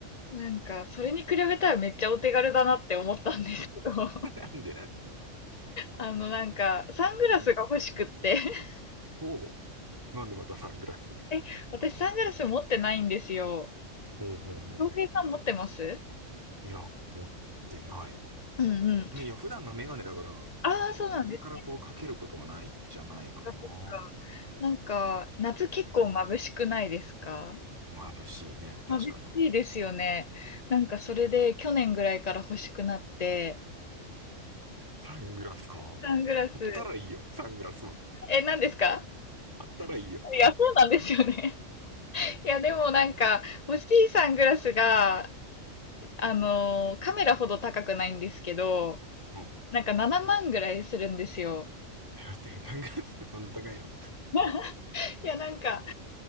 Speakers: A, on the left; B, on the right.
A: なんか、それに比べたらめっちゃお手軽だなって思ったんですけど、<laughs>
B: <laughs> なんでな、
A: あの、なんか、サングラスが欲しくって。
B: うん。
A: <laughs>
B: ほう。なんでまたサングラス。
A: え、私サングラス持ってないんですよ。
B: ほうほうほうほう。
A: 恭平さん持ってます
B: いや、持ってない。
A: うんうん。
B: いや、普段がメガネだから、
A: ああ、そうなんです
B: あんま上からこうかけることがないじゃないかな。
A: か。そっか。なんか、夏結構眩しくないですか
B: うん。眩しいね。確かに。
A: 眩しいですよね。なんか、それで去年ぐらいから欲しくなって、
B: サングラスか。
A: サングラス、
B: あったらいいよ。サングラスは。
A: え、何ですか
B: あったらいいよ。
A: いや、そうなんですよね。いや、でもなんか、欲しいサングラスが、
B: うん。
A: あのーカメラほど高くないんですけど、
B: うん。
A: なんか7万ぐらいするんですよ。
B: えだって、サングラスってどんな高いの
A: <laughs> いや、なんか、